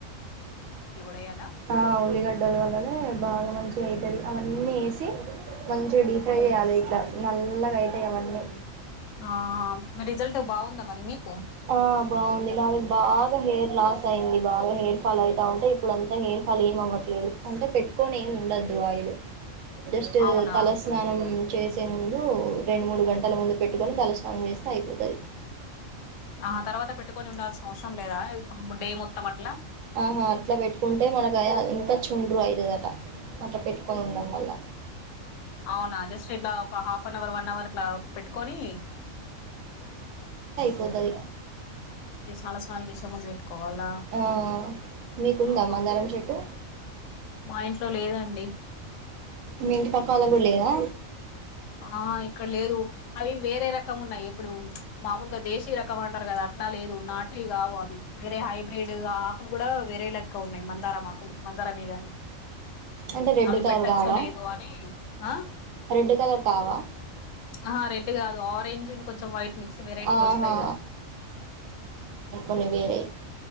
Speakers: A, on the left (about 70°); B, on the right (about 75°).
A: డే యాల
B: ఆ ఉల్లిగడ్డల వల్లనే బాగా మంచిగా అయితది అవన్నీ వేసి మంచిగా డీప్ ఫ్రై చేయాలె నల్లగాయితయ్ అవన్నీ
A: ఆ ఆ మ రిజల్ట్ బాగుందా మరి మీకు
B: ఆ బాగుంది లాది బాగా హెయిర్ లాస్ అయింది బాగా హెయిర్ ఫాల్ అయితా ఉంటే ఇప్పుడు అంతా హయిర్ ఫాల్ ఏమావ్వట్లేదు అంటే పెట్టుకొని ఉండొద్దు ఆయిల్ జస్ట్
A: అవునా
B: తలస్నానం చేసే ముందు రెండు మూడు గంటల ముందు పెట్టుకొని తలస్నానం చేస్తే అయిపోతుది
A: ఆ తర్వాత పెట్టుకొని ఉండాల్సిన అవసరం లేదా డే మొత్తం అట్లా
B: ఆహా అట్లా పెట్టుకుంటే మనం ఇంకా చుండ్రు అయితుది అట అట్లా పెట్టుకొని ఉండడం వల్ల
A: అవునా జస్ట్ ఇట్లా ఒక half an hour one hour ఇట్లా పెట్టుకొని
B: పోతది
A: స్నాన స్నానం చేసే ముందు పెట్టుకోవాలా
B: ఆ మీకుందా
A: ఆ
B: మందారం చెట్టు
A: మా ఇంట్లో లేదండి
B: మీ ఇంటి పక్క వాళ్ళకు కూడా లేదా
A: ఆ ఇక్కడ లేదు అవి వేరే రకం ఉన్నాయి ఇప్పుడు మామూలుగా దేశీయ రక కం అంటారు కదా అట్లా లేదు నాట్ వి కావు అవి వేరే హైబ్రిడ్ ఆకులు కూడా వేరే లెక్క ఉన్నాయి మందారం ఆకులు మందారమే గాని
B: అంటే రెడ్
A: అవి
B: కలర్
A: పెట్టచ్చో
B: కావా
A: లేదో అని ఆ
B: రెడ్ కలర్ కావా
A: ఆహా రెడ్ కాదు ఆరెంజ్ కొంచెం వైట్ మిక్స్ వెరైటీకి
B: ఆహా
A: వస్తాయి కదా
B: అవి వేరేయి